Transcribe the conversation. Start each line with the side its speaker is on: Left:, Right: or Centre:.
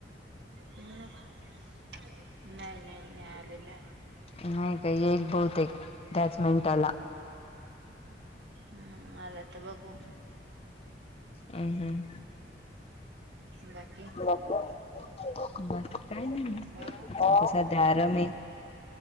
Right: हम् नाही नाही नाही आलेला.
Left: नाही काय एक बहुतेक एक त्याच मिनिटाला.
Right: हम्म आला तर बघू.
Left: हम हम्
Right: बाकी
Left: मग काय नाही
Right: अ
Left: ार मे